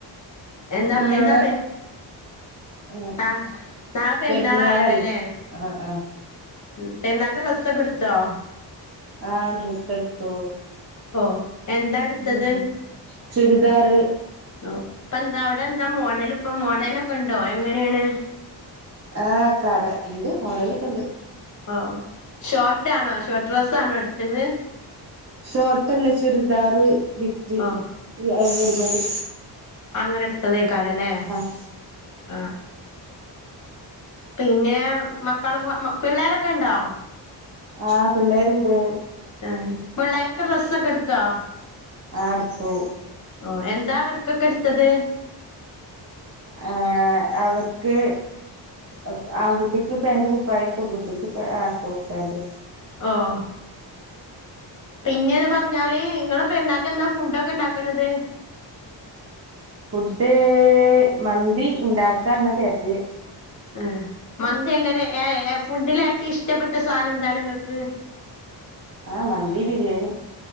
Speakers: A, on the left (about 40°); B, on the right (about 35°).
A: എന്നാ
B: നാളെ
A: എന്താ പ്പെ
B: ഉം
A: ആഹ് നാളെ പെര്ന്നാളാണല്ലോലെ
B: പെരുന്നാളല്ലേ ആഹ് ആഹ്
A: ഉം പെര്ന്നാക്ക് ഡ്രസ്സക്കെട്ത്തോ
B: ആഹ് ഡ്രെസ്സ്ട്ത്തു
A: ഓ എന്താ എടുത്തത്
B: ഹ് ഹും ചുരിദാറ്
A: ഓഹ് ഇപ്പന്താ അവിടെന്താ മോഡല് പ്പം മോഡേനൊക്കണ്ടോ എങ്ങനേണ്
B: ആഹ് കട ഇണ്ട് മോഡലൊക്കണ്ട്
A: ഓഹ് ഷോട്ടാണോ ഷോട്ട് ഡ്രസ്സാണോ എട്ത്തത്
B: ഷോട്ടല്ല ചുരിദാറ് ബിറ്റ്
A: ഓ
B: ല്ല റെഡിമേഡ്
A: അങ്ങനെ എട്ത്തതയ്ക്കാരല്ലേ
B: ആഹ്
A: ആഹ് പിന്നെ മക്കളും മ്വ മൊ പിള്ളോരക്കണ്ടോ
B: ആഹ് പിള്ളേര്ണ്ട്
A: ആഹ് പ്ള്ളേർക്ക് ഡ്രസ്സക്കെട്ത്തോ
B: ആഹ് ട്ത്തു
A: ഓഹ് എന്താ അവര്ക്കൊക്കെ എട്ത്തത്
B: ആഹ് അവർക്ക് അഗ് ആൺകുട്ടിക്ക് പേന്റും കുപ്പായും പെൺകുട്ടിക്ക് പേ പോ പേന്റ്
A: ആഹ് പിന്നെന്ന് പർഞ്ഞാല് ഇങ്ങള പെര്ന്നാക്കന്താ ഫുഡ്ഡൊക്കെ ണ്ടാക്ക്ണത്
B: ഫുഡ്ഡ് മന്തി ഇണ്ടാക്കാന്ന് കര്തിയെ
A: ഏഹ് മന്തി എങ്ങനെ ഏഹ് ഏഹ് ഫുഡ്ഡില് ഏറ്റു ഇഷ്റ്റപ്പെട്ട സാനംന്താണ് ഇങ്ങക്ക്
B: ആഹ് മന്തി ബിരിയാണി